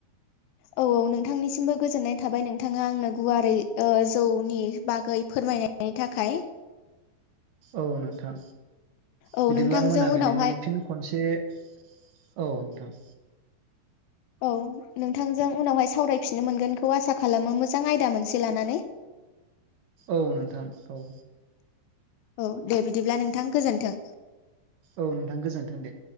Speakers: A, on the left (about 80°); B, on the right (about 70°).
A: औ औ नोंथांनिसिमबो गोजोननाय थाबाय नोंथाङा आंनो गुवारै ओ जौनि बागै फोरमायनाय बिनि थाखाय
B: औ नोंथां
A: औ
B: बिदिब्ला
A: नोंथांजों
B: मोनाबिलिनि
A: उनावहाय
B: फिन खनसे औ नोंथां
A: औ नोंथांजों उनावहाय सावरायफिननो मोनगोनखौ आसा खालामो मोजां आयदा मोनसे लानानै
B: औ नोंथां औ
A: औ दे बिदिब्ला नोंथां गोजोन्थों।
B: औ नोंथां गोजोन्थों दे।